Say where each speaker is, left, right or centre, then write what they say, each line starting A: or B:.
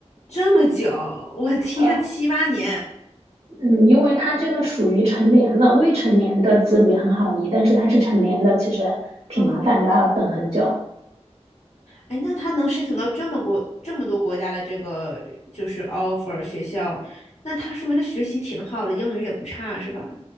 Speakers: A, on the left; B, on the right.
A: 这么久，我的天，
B: 呃，
A: 七八年，
B: 嗯，因为他这个属于成年了，未成年的子女很好移，但是他是成年的，其实挺麻烦的，
A: 嗯，
B: 要等很久。
A: 哎，那他能申请到这么国这么多国家的这个就是 offer 学校，那他说明他学习挺好的，英语也不差，是吧？